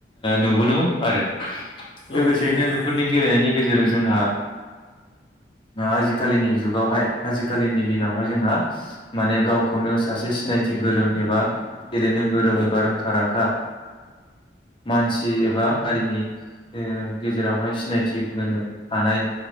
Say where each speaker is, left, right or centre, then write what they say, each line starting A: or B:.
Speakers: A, on the left; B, on the left.
A: नुबबोदों आरो। लोगोसेयैनो
B: औ नंगौ नोंथां
A: बेफोरनि गेलेनायनि गेजेरजों जोंहा‌। आजिखालिनि जुगावहाय आजिखालिनि दिनावहाय जोंहा माने गावखौनो सासे सिनायथि गोरों एबा गेलेनो गोरों बा रोंखा राखा मानसि एबा हारिनि गेजेरावहाय सिनायथि होनो हानाय